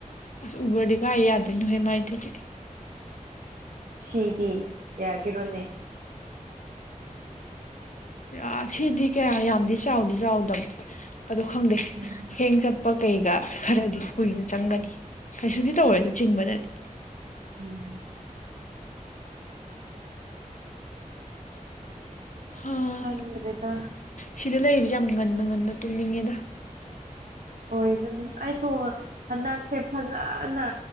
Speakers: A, on the left; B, on the right.
A: ꯑꯁ ꯎꯕꯔꯗꯤ ꯀꯥꯏ ꯌꯥꯗꯣꯏꯅꯣꯍꯦ ꯃꯥꯢꯗꯨꯗꯤ
B: ꯁꯤꯗꯤ ꯌꯒꯤꯔꯣꯢꯅꯦ
A: ꯑꯥ ꯁꯤꯗꯤ ꯀꯌꯥ ꯌꯥꯝꯗꯤ ꯆꯥꯎꯗꯤ ꯆꯥꯎꯗꯝꯅꯤ ꯑꯗꯣ ꯈꯪꯗꯦ
B: <inaudible>
A: ꯍꯦꯡ ꯆꯠꯄ ꯀꯩꯒ ꯈꯔꯗꯤ ꯀꯨꯏꯅ ꯆꯪꯒꯅꯤ ꯀꯩꯁꯨꯗꯤ ꯇꯧꯔꯣꯏꯗ ꯆꯤꯡꯕꯗꯗꯤ
B: <inaudible>
A: ꯑꯥ
B: ꯈꯪꯗ꯭ꯔꯦꯗ
A: ꯁꯤꯗ ꯂꯩꯕꯁꯦ ꯌꯥꯝ ꯉꯟꯅ ꯉꯟꯅ ꯇꯨꯝꯅꯤꯡꯉꯦꯗ
B: ꯑꯣꯏꯕꯅꯤ ꯑꯩꯁꯨ ꯍꯟꯗꯛꯁꯦ ꯐꯖꯅ